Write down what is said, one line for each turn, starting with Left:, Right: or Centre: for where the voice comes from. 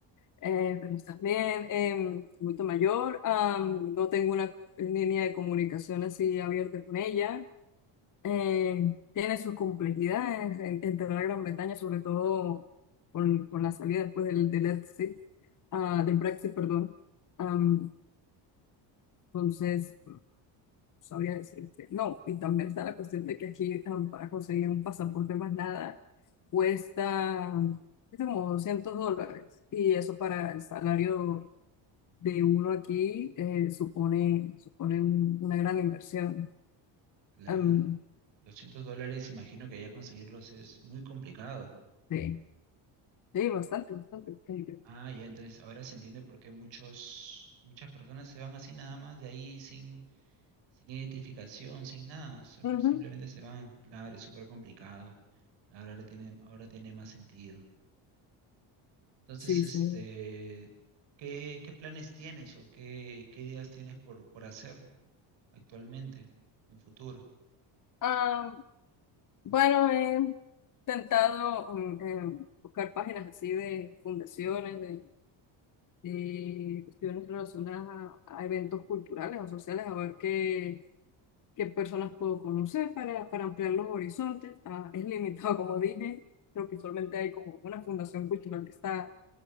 Left: eh, pero también en Adulto Mayor, am, no tengo una línea de comunicación así abierta con ella. Eh, tiene sus complejidades en, entrar a Gran Bretaña, sobre todo con, con la salida después del, del Brexit, ah, del Brexit, perdón. Am, entonces... sabría decirte. No, y también está la cuestión de que aquí am, para conseguir un pasaporte más nada cuesta, cuesta como 200 dólares. Y eso para el salario de uno aquí eh, supone, supone un- una gran inversión.
Right: Claro,
Left: Am,
Right: 200 dólares, imagino que ya conseguirlos es muy complicado.
Left: sí, sí, bastante, bastante. bastante.
Right: Ah, ya, entonces ahora se entiende por qué muchos, muchas personas se van así nada más de ahí sin, sin identificación, sin nada, son-
Left: Ujú.
Right: simplemente se van. Claro, es súper complicado. Claro, ahora tiene, ahora tiene más sentido. Entonces,
Left: Sí,
Right: este,
Left: sí.
Right: ¿qué, qué planes tienes o qué, qué ideas tienes por, por hacer actualmente, en futuro?
Left: Ah, bueno, he intentado mm, em, buscar páginas así de fundaciones, de de cuestiones relacionadas a, a eventos culturales o sociales, a ver qué, qué personas puedo conocer para, para ampliar los horizontes. Ah, es limitado, <laughs> como dije, creo que solamente hay como una fundación cultural que está